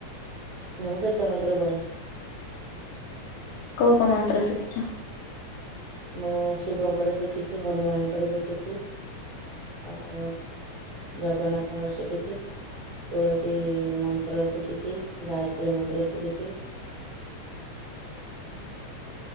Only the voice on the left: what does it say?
କୋଉ କୋଉ ମନ୍ତ୍ର ଶିଖୀଛ?